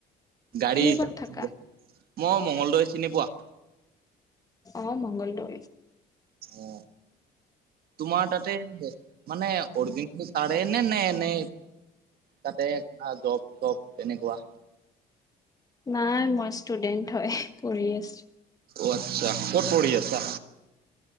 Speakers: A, on the right (about 65°); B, on the left (about 20°).
A: গাড়ী
B: তুমি
A: হিচাপ
B: ক'ত থাকা
A: মই মঙলদৈ চিনি পোৱা?
B: অ মঙলদৈ।
A: অ তোমাৰ তাতে। মানে অৰবিন্দ চাৰে নে নে ন? তাতো জব চব তেনেকুৱা?
B: নাই মই ষ্টুডেন্ট হয় কৰি আছো।
A: অ আচ্ছা ক'ত পঢ়ি আছা?